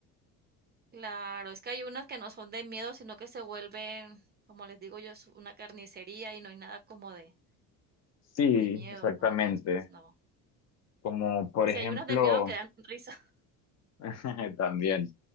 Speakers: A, on the right; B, on the left.
A: Claro, es que hay unas que no son de miedo, sino que se vuelven, como les digo yo, es una carnicería y no hay nada como de,
B: Sí,
A: de miedo,
B: exactamente.
A: entonces no.
B: Como por
A: Si
B: ejemplo,
A: hay unas de miedo que dan risa, <laughs>
B: <laughs> también,